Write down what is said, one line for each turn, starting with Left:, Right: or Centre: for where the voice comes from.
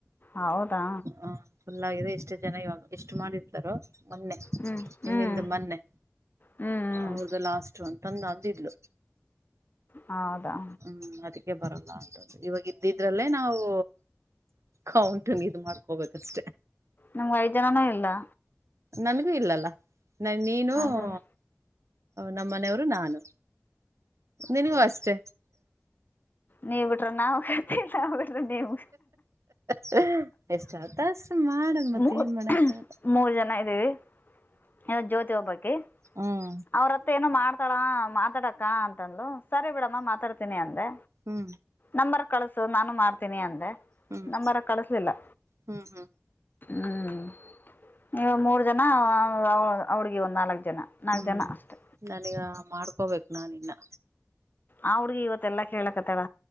Left: ಹೌದಾ
Right: ಹಾ ಚೆನ್ನಾಗಿದೆ ಇಷ್ಟು ಜನ ಇವಾಗ ಎಷ್ಟು ಮಾಡರ್ತಾರೋ ನೀನ್ನೆ
Left: ಹ್ಮ್ ಹ್ಮ್
Right: ಇನ್ನಲ್ದ ಮೊನ್ನೆ
Left: ಹ್ಮ್ ಹ್ಮ್
Right: ಅವ್ರದೆಲ್ಲಾ ಲಾಷ್ಟು ಅಂತ ಅಂದಿದ್ಲು
Left: ಹೌದಾ
Right: ಹುಂ ಅದಕ್ಕೆ ಬರಲ್ಲ ಅಂತ್ದು ಇವಾಗ ಇದ್ದಿದ್ರಲ್ಲೇ ನಾವು ಕೌಂಟ್ ನಿಂದು ಮಾಡ್ಕೋ ಬೇಕಷ್ಟೆ.
Left: ನಮ್ಗ್ ಐದ್ ಜನಾನು ಇಲ್ಲಾ
Right: ನನ್ಗೂ ಇಲ್ಲಲ್ಲಾ ನ್ ನೀನು
Left: ಅದಲ್ಲ
Right: ಹ ನಮ್ಮನೆಯವರು ನಾನು ನಿನಗೂ ಅಷ್ಟೇ.
Left: ನೀವ್ ಬಿಟ್ರೆ ನಾವ ಇಲ್ಲಾ ಅವರ್ ಬಿಟ್ರೆ ನೀವು
Right: ಹ ಎಷ್ಟಾತವಾ ಅಷ್ಟ ಮಾಡನ ಮತ್ತ
Left: ಮೂರ್
Right: ಏನ್ ಮಾಡಕ್ಕಲ್ಲ
Left: ಮೂರ್ ಜನ ಇದ್ದೀವಿ ಯ ಜ್ಯೋತಿ ಒಬ್ಬಕಿ
Right: ಹ್ಮ್
Left: ಅವ್ರ ಹತ್ರ ಏನು ಮಾಡ್ತಾಳ ಮಾತಾಡಕ್ಕ ಅಂತ ಅಂದ್ಲು ಸರಿ ಬಿಡಮ್ಮ ಮಾತಾಡ್ತೀನಿ ಅಂದೆ
Right: ಹುಂ
Left: ನಂಬರ್ ಕಳಸು ನಾನು ಮಾಡ್ತೀನಿ ಅಂದೆ
Right: ಹ್ಮ್
Left: ನಂಬರ್ ಕಳಸಲಿಲ್ಲಾ
Right: ಹ್ಮ್ ಹ್ಮ್ ಹ್ಮ್ ಹ್ಮ್ ಹ್ಮ್
Left: ಹುಂ ನೀವು ಮೂರ್ ಜನಾ ಆ ಹುಡುಗಿ ಒಂದ್ ನಾಲ್ಕು ಜನಾ ನಾಲ್ಕ್
Right: ಹ್ಮ್
Left: ಜನಾ ಅಷ್ಟೆ
Right: ನನಗ ಮಾಡ್ಕೋಬೇಕು ನಾನ ಇನ್ನ್
Left: ಆ ಹುಡ್ಗಿ ಇವತ್ತಲ್ಲಾ ಕೇಳಕತ್ತಾಳ